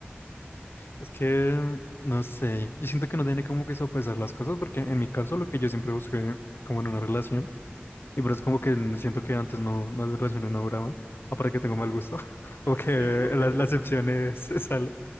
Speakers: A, on the left (about 65°); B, on the right (about 60°).
A: Es que no sé. Yo siento que no tiene como que sopesar las cosas, porque en mi caso, lo que yo siempre busqué como en una relación.
B: Ujú,
A: Y por eso como que n- siento que antes no, no las relaciones no duraban.
B: Sí.
A: Aparte que tengo mal gusto. <laughs>
B: <laughs>
A: Como que la, la excepción es, <laughs> sale.